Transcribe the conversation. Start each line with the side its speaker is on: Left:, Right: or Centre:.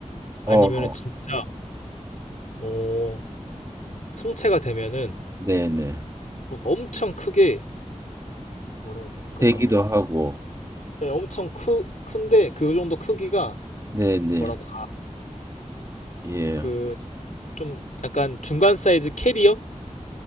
Right: 어.
Left: 아니면은 진짜 어 성체가 되면은
Right: 네, 네.
Left: 그니까 엄청 크게 뭐라 해야 될까?
Right: 되기도 하고,
Left: 예 엄청 크 큰데 그 정도 크기가
Right: 네네,
Left: 뭐랄까
Right: 예,
Left: 그 좀 약간 중간 사이즈 캐리어?